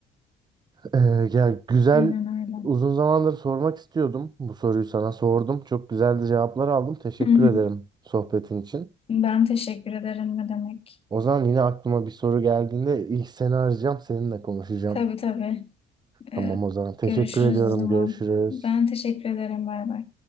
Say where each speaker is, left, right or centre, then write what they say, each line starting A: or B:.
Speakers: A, on the right; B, on the left.
A: E, ya güzel
B: Aynen öyle.
A: uzun zamandır sormak istiyordum. Bu soruyu sana sordum. Çok güzel de cevaplar aldım. Teşekkür
B: Hı hı.
A: ederim sohbetin için.
B: Ben teşekkür ederim ne demek.
A: O zaman yine aklıma bir soru geldiğinde ilk seni arayacağım, seninle konuşacağım.
B: Tabii tabii. Ee,
A: Tamam o zaman. Teşekkür
B: görüşürüz
A: ediyorum.
B: o zaman.
A: Görüşürüz.
B: Ben teşekkür ederim. Bay bay.